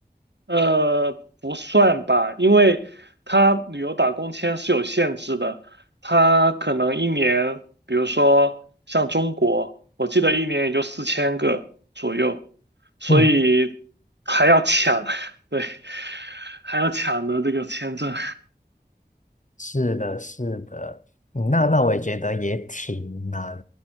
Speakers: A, on the right; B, on the left.
A: 呃，不算吧，因为他旅游打工签是有限制的，他可能一年，比如说像中国，我记得一年也就四千个左右，所以还要抢，
B: 嗯，
A: <laughs> 对，还要抢的这个签证。
B: 是的，是的，嗯那那我也觉得也挺难，